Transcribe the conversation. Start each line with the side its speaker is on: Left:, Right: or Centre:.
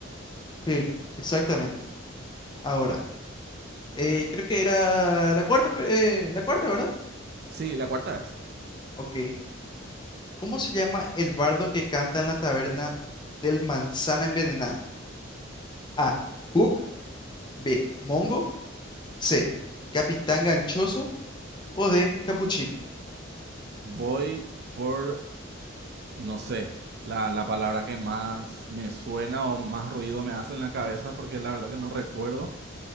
Left: sí, exactamente. Ahora, eh, creo que era la cuarta, pe- eh, la cuarta, ¿verdad?
Right: Sí, la cuarta es.
Left: Ok. ¿Cómo se llama el bardo que canta en la taberna del manzana envenenada? A. Hook. B. Mongo. C. Capitán Ganchoso o D. Capuchino.
Right: Voy por, no sé, la, la palabra que más me suena o más ruido me hace en la cabeza, porque la verdad que no recuerdo.